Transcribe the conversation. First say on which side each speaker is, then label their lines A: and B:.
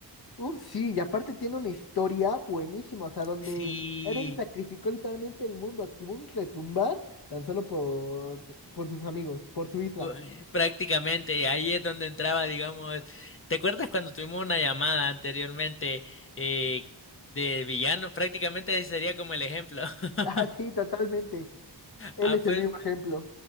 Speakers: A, on the left; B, on the left.
A: Uf, sí, y aparte tiene una historia buenísima, o sea, donde
B: Sí,
A: Eren sacrificó literalmente el mundo, activó un retumbar tan solo por, por sus amigos, por su isla.
B: cu- eh, prácticamente ahí es donde entraba, digamos. ¿Te acuerdas cuando tuvimos una llamada anteriormente eh, de villanos? Prácticamente ese sería como el ejemplo. <laughs>
A: Ah, sí, totalmente. Él
B: Ah,
A: es
B: pues,
A: el mismo ejemplo.